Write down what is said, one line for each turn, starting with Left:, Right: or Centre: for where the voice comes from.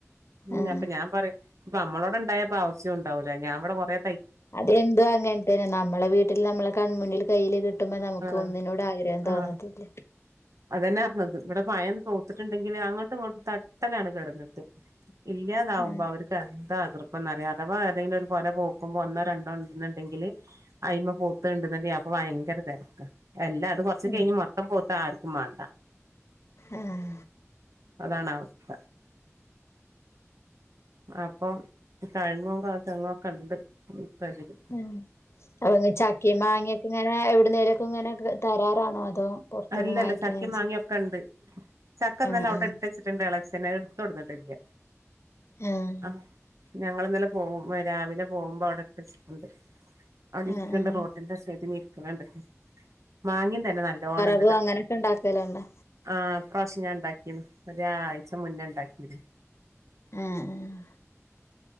Right: ഉം
Left: ആഹ്
Right: അപ്പൊ ഞാൻ പറയും ഇപ്പ നമ്മളോട് ഉണ്ടായപ്പോ ആവ്സ്യം ഉണ്ടാവൂല്ല ഞാവിടെ കുറെ
Left: അതെന്തോ അങ്ങനെ തന്നെ നമ്മളെ വീട്ടിൽ നമ്മളെ കൺ മുന്നിൽ കയ്യിയില് കിട്ടുമ്പോ നമുക്ക്
Right: ആ
Left: ഒന്നിനോട് ആഗ്രഹം
Right: ആ
Left: തോന്നത്തില്ല
Right: അതന്നെ പറഞ്ഞത് ഇവിടെ പയം തോത്തിട്ടുണ്ടെങ്കില് അങ്ങോട്ടും ഇങ്ങോട്ടും തട്ടലാണ് കിടന്നിട്ട് ഇല്ലാതാവുമ്പോ
Left: ആഹ്
Right: അവര് ക്ക് എന്താ എതിർപ്പൊംന്നറിയ അഥവാ ഏതെങ്കിലും ഒരു കൊല പോക്കുമ്പോ ഒന്നോ രണ്ടോ ഉണ്ടെന്നുണ്ടെങ്കില് അയിമ പൂത്തണ്ട്ന്ന്ടെ അപ്പൊ ഭയങ്കര തിരക്ക എല്ലാ അത് പൊ
Left: ഉം
Right: കയ്ഞ് മൊത്തം പൂത്താ ആർക്കും മാണ്ട
Left: ആഹ്
Right: അതാണ് അവസ്ഥ അപ്പൊ തഴങ്ങും കാ തെങ്ങും ഒക്കെ ഉണ്ട് ഇപ്പോ അതില്
Left: ആഹ് അവിടുന്ന് ചക്കയും മാങ്ങയൊക്കെ ഇങ്ങനെ എവിടുന്നേലോക്കെ ഇങ്ങനെ തരാറാണോ അതോ പൊറത്ത്ന്ന്
Right: അല്ലല്ല
Left: വാങ്ങിക്കെ
Right: ചക്കയും
Left: ഇങ്ങനെ
Right: മാങ്ങയൊക്കെ
Left: ചെയ്യ
Right: ഉണ്ട് ചക്ക ഇന്നലെ
Left: ആഹ്
Right: അവിടെ
Left: ആഹ്
Right: ഇട്ട് വെച്ചി ട്ടുണ്ട് ഇളയച്ഛന് അത് എടുത്ത്‌ കൊണ്ടുവന്നിട്ടില്ല
Left: ആഹ്
Right: ആ ഞങ്ങൾ ഇന്നലെ പോകുമ്പോൾ രാവിലെ പോകുമ്പോ അവിടെ ഇട്ട് വെച്ചിട്ടുണ്ട് അവിടെ ഇരിക്കണ
Left: ആഹ്
Right: കണ്ട്
Left: ആഹ്
Right: റോട്ടിന്റെ സൈഡിൽ ഇരിക്കണ കണ്ടക്കണ് മാങ്ങയും തന്നെ നല്ലോണം
Left: ഏ അങ്ങനിട്ട് ഇണ്ടാക്കല് തന്നെ
Right: ആ ഈ പ്രാവശ്യം ഞാൻ ഇണ്ടാക്കീന് ഒരാഴ്ച മുന്നേ ഇണ്ടാക്കിനു
Left: ആഹ് ആഹ്